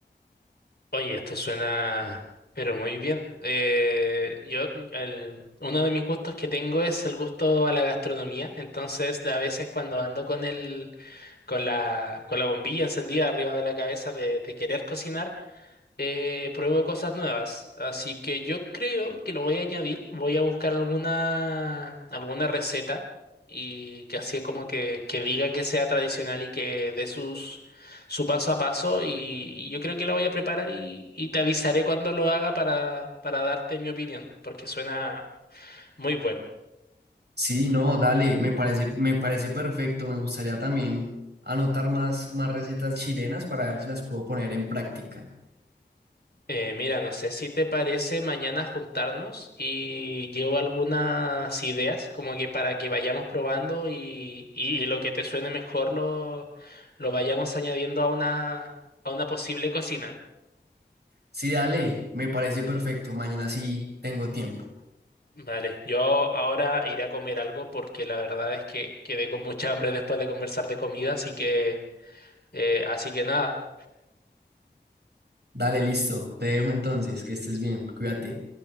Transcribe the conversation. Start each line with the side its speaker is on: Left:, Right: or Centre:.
Left: Oye, esto suena, pero muy bien. Eh, yo, el, uno de mis gustos que tengo es el gusto a la gastronomía. Entonces, a veces cuando ando con el con la, con la bombilla encendida arriba de la cabeza de, de querer cocinar, eh, pruebo cosas nuevas. Así que yo creo que lo voy a añadir. Voy a buscar alguna, alguna receta y que así como que, que diga que sea tradicional y que dé sus, su paso a paso. Y, y yo creo que la voy a preparar y, y te avisaré cuando lo haga para, para darte mi opinión, porque suena muy bueno.
Right: Sí, no, dale, me parece, me parece perfecto. Me gustaría también anotar más, más recetas chilenas para ver si las puedo poner en práctica.
Left: Eh, mira, no sé si te parece mañana juntarnos y llevo algunas ideas como que para que vayamos probando y, y- y lo que te suene mejor lo, lo vayamos añadiendo a una, a una posible cocina.
Right: Sí, dale, me parece perfecto. Mañana sí tengo tiempo.
Left: Vale, yo ahora iré a comer algo porque la verdad es que quedé con mucha hambre después de conversar de comida, así que, eh, así que nada.
Right: Dale, listo. Te dejo entonces, que estés bien, cuídate.